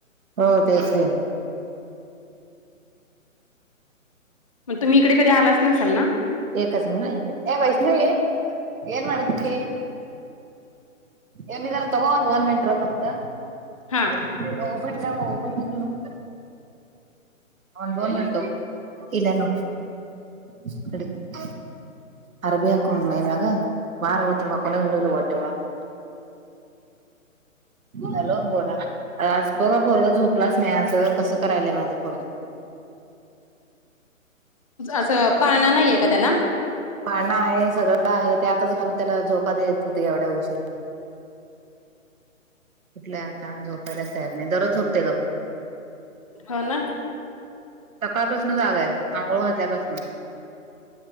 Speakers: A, on the right; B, on the left.
A: हो तेच की.
B: मग तुम्ही इकडे कधी आलाच नसाल ना?
A: एककच ना ए वैष्णवी येन मती येनार तगोंद वन मिनट र फक्त.
B: हा.
A: हो गं बीडन, होगा बीड ना <unintelligible> न दोन मिनट इला न <unintelligible> अरबी हाकोण मम्याग वार होत मग कोनेला टेवा. हॅलो! बोला आज बघा पोरग झोपलाच नाहीचं कसं करायलय माझं पोरग.
B: असं पाळणं नाहीये का त्याला?
A: पाळणा आहे, सगळं आहे, त्यातच घालून त्याला झोका देत होते एवढ्या उशीर. कुठल्या आता झोपायच तयार नाही दररोज झोपते गप.
B: हो ना.
A: सकाळपासून जागा आहे आंघोळ घातल्यापासून.